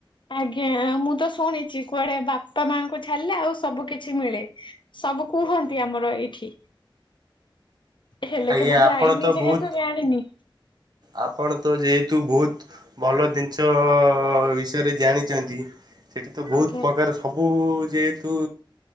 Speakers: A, on the left (about 65°); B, on the right (about 50°).
A: ଆଜ୍ଞା ମୁଁ ତ ଶୁଣିଛି କୁଆଡେ ବାପା ମାଙ୍କୁ ଛାଡିଲେ ଆଉ ସବୁ କିଛି ମିଳେ। ସବୁ କୁହନ୍ତି ଆମର ଏଇଠି। ହେଲେ
B: ଆଜ୍ଞା
A: କେବେ ଯାଇନି
B: ଆପଣ ତ
A: ଯେହେତୁ
B: ବହୁତ
A: ଜାଣିନି।
B: ଆପଣ ତ ଯେହେତୁ ବହୁତ ଭଲ ଜିନିଷ ବିଷୟରେ ଜାଣିଛନ୍ତି ସେଠି ତ ବହୁତ
A: ଆଜ୍ଞା।
B: ପ୍ରକାର ସବୁ ଯେହେତୁ